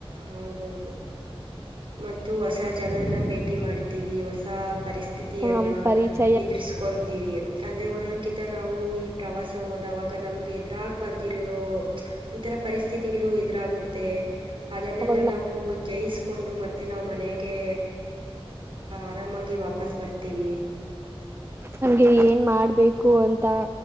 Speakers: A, on the right; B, on the right.
A: ಹೌದೌದು ಮತ್ತು ಹೊಸ ಜನರನ್ನ ಭೇಟಿ ಮಾಡ್ತೀವಿ ಹೊಸ ಪರಿಸ್ ಸ್ಥಿತಿಯನ್ನು
B: ನಮ್ ಪರಿಚಯ
A: ಎದುರಿಸ್ಕೊಂಡ ವಿ ಅಂದರೆ ಒಂದೊಂದಕಿಂತ ನಾವು ಈ ಪ್ರವಾಸ ಹೋದವಾಗ ನಮ್ಗೆ ಎದುರಾಗ ಬರ್ದಿರರೋ ಒಂಥರ ಪರಿಸ್ಥಿತಿಗಳು ಎದುರಾಗುತ್ತೆ ಅದನ್ನೆಲ್ಲಾ
B: ಅವಾಗ
A: ನಾವು ಜಯಿಸ್ಕೊಂಡು ಮತ್ತುತ್ತೆ ನಾವು ಮನೆಗೆ ಆರಾಮಾಗಿ ವಾಪಸ್ ಬರ್ತೀವಿ
B: ನಮ್ಗೆ ಏನ್ ಮಾಡ್ಬೇಕು ಅಂತ